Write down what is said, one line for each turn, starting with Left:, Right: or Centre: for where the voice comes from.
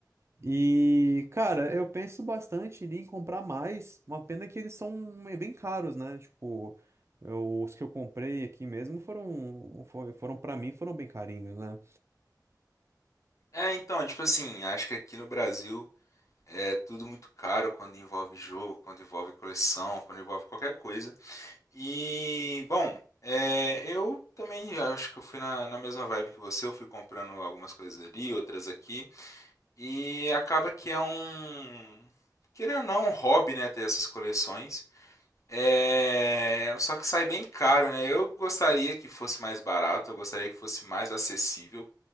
Right: E, cara, eu penso bastante em comprar mais. Uma pena que eles são bem caros, né? Tipo, eu- os que eu comprei aqui mesmo foram, foi- foram para mim, foram bem carinhos, né?
Left: É, então, tipo assim, acho que aqui no Brasil É tudo muito caro quando envolve jogo, quando envolve coleção, quando envolve qualquer coisa. E, bom, é, eu também acho que eu fui na, na mesma vibe que você. Eu fui comprando algumas coisas ali, outras aqui. E acaba que é um. Querendo ou não, um hobby, né? Ter essas coleções. É, só que sai bem caro, né? Eu gostaria que fosse mais barato, eu gostaria que fosse mais acessível.